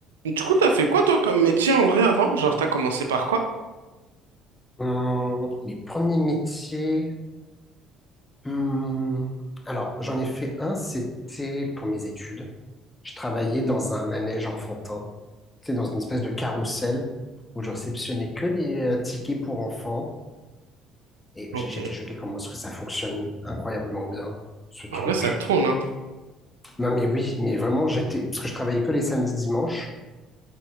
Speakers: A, on the right (about 80°); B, on the left (about 15°).
A: Du coup, t'as fait quoi toi comme métier en vrai avant? Genre, t'as commencé par quoi?
B: Hum, les premiers métiers. hum, alors, j'en ai fait un, c'était pour mes études. Je travaillais dans un manège enfantin, c'était dans une espèce de carrousel où je réceptionnais que les euh, tickets pour enfants. Et
A: Ok.
B: j- j'étais choqué comment est-ce que ça fonctionne incroyablement bien, ce truc.
A: En vrai, ça tourne, hein?
B: Non, mais oui, mais vraiment, j'étais, parce que je travaillais que les samedis, dimanches,